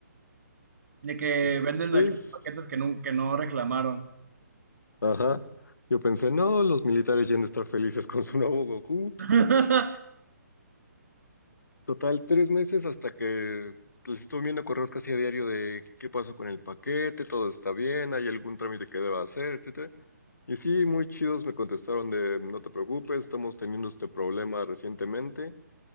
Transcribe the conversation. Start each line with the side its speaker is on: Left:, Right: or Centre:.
Right: De que
Left: Sí.
Right: venden
Left: Tres.
Right: de que paquetes que no, que no reclamaron.
Left: Ajá. Yo pensé, no, los militares ya han de estar felices con su nuevo Goku.
Right: <laughs>
Left: Total, tres meses hasta que les estuve viendo correos casi a diario de qué pasó con el paquete, todo está bien, hay algún trámite que deba hacer, etcétera. Y sí, muy chidos me contestaron de no te preocupes, estamos teniendo este problema recientemente.